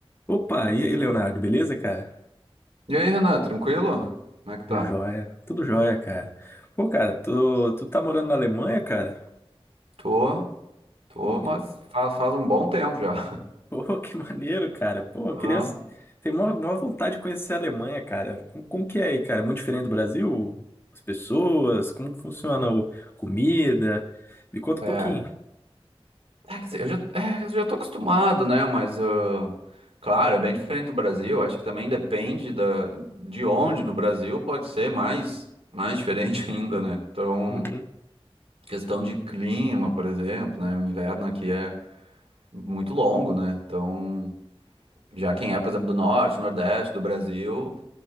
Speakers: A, on the left; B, on the right.
A: Opa, e aí, Leonardo, beleza, cara?
B: E aí, Renan, tranquilo? Como é que tá?
A: Tudo Jóia, tudo jóia, cara. Pô, cara, tu, tu tá morando na Alemanha, cara?
B: Tô, tô,
A: Pô,
B: mas
A: que, ma-
B: faz, faz um bom tempo já. <laughs>
A: pô, <laughs> que maneiro, cara. Pô, eu
B: Ah,
A: queria. Tenho uma maior vontade de conhecer a Alemanha, cara. Como, como que é aí, cara? Muito diferente do Brasil? As pessoas? Como que funciona a comida? Me conta
B: É.
A: um pouquinho.
B: É, quer dizer, eu já, é, eu já tô acostumado, né? Mas, ah, claro, é bem diferente do Brasil. Acho que também depende da, de onde no Brasil pode ser mais, mais diferente <laughs> ainda, né? Então,
A: Uhum.
B: questão de clima, por exemplo, né? O inverno aqui é muito longo, né? Então, já quem é, por exemplo, do norte, nordeste do Brasil.